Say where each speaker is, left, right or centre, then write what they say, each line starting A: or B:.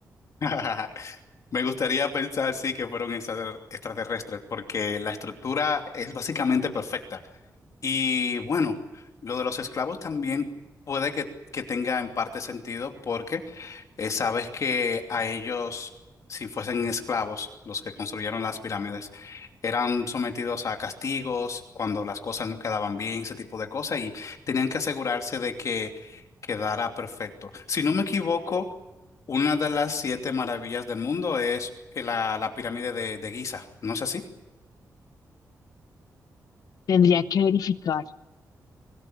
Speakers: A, on the left; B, on the left.
A: <laughs> Me gustaría pensar, sí, que fueron extrater- extraterrestres, porque la estructura es básicamente perfecta. Y bueno, lo de los esclavos también puede que, que tenga en parte sentido, porque eh, sabes que a ellos, si fuesen esclavos, los que construyeron las pirámides, eran sometidos a castigos cuando las cosas no quedaban bien, ese tipo de cosas, y tenían que asegurarse de que quedara perfecto. Si no me equivoco, una de las siete maravillas del mundo es eh, la, la pirámide de, de Giza, ¿no es así?
B: Tendría que verificar.